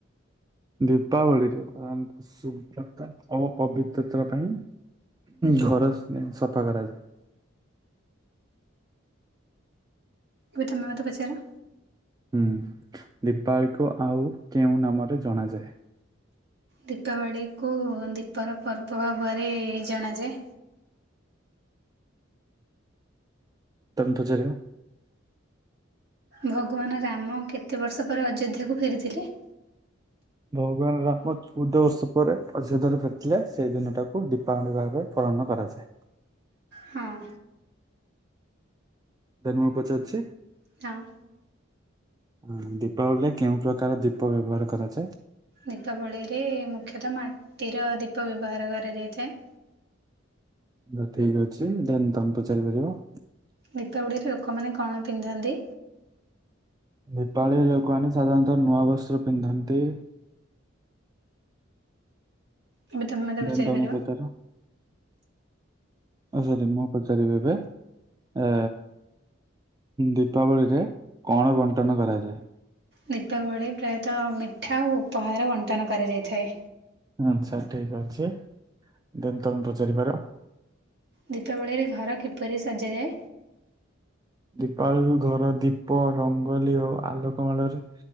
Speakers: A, on the right; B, on the right.
A: ଦୀପାବଳିରେ ଶୁଭ୍ରତା ଓ ପବିତ୍ରତା ପାଇଁ ଘର ସଫା କରାଯାଏ।
B: ଏବେ ତମେ ମତେ ପଚାର।
A: ହୁଁ ଦୀପାବଳି କୁ ଆଉ କେଉଁ ନାମରେ ଜଣାଯାଏ?
B: ଦୀପାବଳିକୁ ଦୀପର ପର୍ବ ଭାବରେ ଜଣାଯାଏ।
A: ତମେ ପଚାରିବ।
B: ଭଗବାନ୍ ରାମ କେତେ ବର୍ଷ ପରେ ଅଯୋଧ୍ୟାକୁ ଫେରିଥିଲେ?
A: ଭଗବାନ୍ ରାମ ଚଉଦ ବର୍ଷ ପରେ ଅଯୋଧ୍ୟା <unintelligible> ଫେରିଥିଲେ ସେଇ ଦିନ ଟାକୁ ଦୀପାବଳି ଭାବେ ପାଳନ କରାଯାଏ।
B: ହଁ।
A: ଦେନ୍ ମୁଁ ପଚାରୁଛି।
B: <unintelligible> ଉ।
A: ହଁ ଦୀପାବଳିରେ କେଉଁ ପ୍ରକାର ଦୀପ ବ୍ୟବହାର କରାଯାଏ?
B: ଦୀପାବଳିରେ ମୁଖ୍ୟତଃ ମାଟିର ଦୀପ ବ୍ୟବହାର କରାଯାଇଥାଏ।
A: ହଁ ଠିକ୍ ଅଛି ଦେନ୍ ତମେ ପଚାରି ପାରିବ।
B: ଦୀପାବଳିରେ ଲୋକମାନେ କଣ ପିନ୍ଧନ୍ତି?
A: ଦିପାବଳୀ ରେ ଲୋକମାନେ ସାଧାରଣତଃ ନୂଆ ବସ୍ତ୍ର ପିନ୍ଧନ୍ତି।
B: ଏବେ ତମେ ମୋତେ ପଚାରିପାରିବ
A: ଦେନ୍ ତମେ ପଚାର। ହଁ <unintelligible> ପଚାରିବେ ଏବେ ଏ ଦୀପାବଳିରେ କଣ ବଣ୍ଟନ କରାଯାଏ?
B: ଦୀପାବଳି ପ୍ରାୟତଃ ମିଠା ଓ ଉପହାର ବଣ୍ଟନ କରାଯାଇଥାଏ।
A: ଆଚ୍ଛା ଠିକ୍ ଅଛି ଦେନ୍ ତମେ ପଚାରିପାର।
B: ଦୀପାବଳିରେ ଘର କିପରି ସଜାଯାଏ?
A: ଦୀପାବଳି କୁ ଘର ଦୀପ ରଙ୍ଗୋଲି ଓ ଆଲୋକମାଳରେ